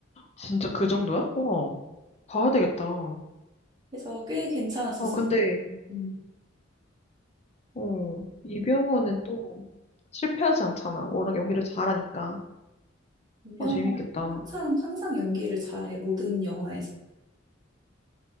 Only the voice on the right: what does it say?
그래서 꽤 괜찮았었어.
음.
이병헌
항상 항상 연기를 잘해 모든 영화에서.